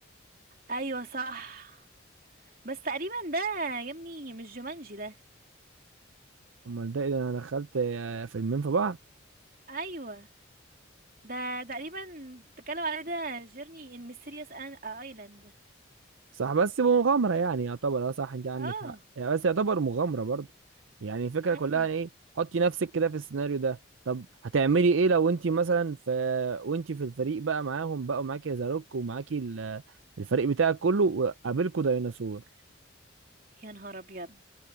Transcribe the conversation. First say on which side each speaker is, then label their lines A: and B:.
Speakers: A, on the right; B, on the right.
A: ايوه صح بس تقريبا ده يا ابني مش جومانجي ده
B: امال ده إيه ده انا دخلت آه، فيلمين في بعض
A: ايوه ده تقريبا اتكلم عليه ده جيرني ان ميستيريوس ايلاند
B: صح بس بمغامرة يعني يعتبر اه صح انت عندك
A: اه
B: حق يعني بس يعتبر مغامرة برضو يعني الفكرة
A: ايوه
B: كلها ان ايه حطي نفسك كده في السيناريو ده طب هتعملي ايه لو انت مثلا في وانت في الفريق بقى معاهم بقى ومعاكي زاروك ومعاكي ال- الفريق بتاعك كله وقابلكوا ديناصور
A: يا نهار ابيض